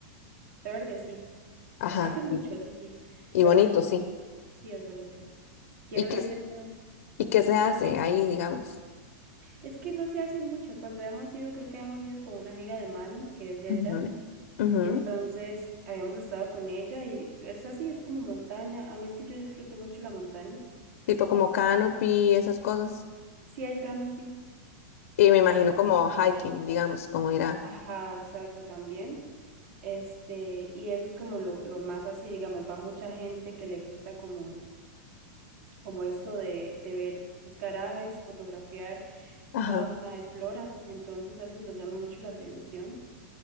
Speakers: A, on the right; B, on the left.
A: De verde sí.
B: Ajá,
A: Hace mucho,
B: Sí.
A: eso sí,
B: y
A: pero
B: bonito,
A: es muy,
B: sí.
A: sí es bonito. Quiero
B: ¿Y qué,
A: ir de nuevo.
B: y qué se hace ahí, digamos?
A: Es que no se hace mucho. Cuando habíamos ido, creo que habíamos ido con una amiga de mami, que es de allá.
B: Ujú. Ujú.
A: Y entonces habíamos estado con ella y es así, es como montaña. A mí es que yo disfruto mucho la montaña.
B: Tipo como canopy, esas cosas.
A: Sí hay canopy,
B: Y me imagino
A: hay canopy.
B: como hiking, digamos, como ir a...
A: Ajá, exacto, también. Este, y eso es como lo, lo más así, digamos, va mucha gente que le gusta como, como esto de, de ver, buscar aves, fotografiar
B: Ajá.
A: fauna y flora, entonces eso les llama mucho la atención.